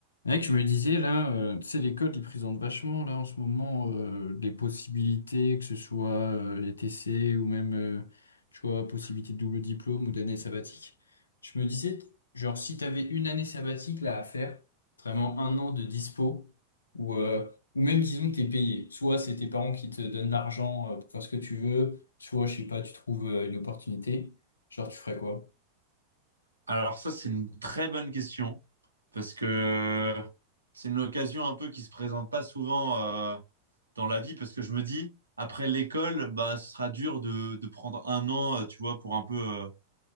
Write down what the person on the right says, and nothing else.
Alors ça, c'est une très bonne question parce que c'est une occasion un peu qui se présente pas souvent euh, dans la vie parce que je me dis, après l'école, bah, ce sera dur de, de prendre un an, euh, tu vois, pour un peu, euh,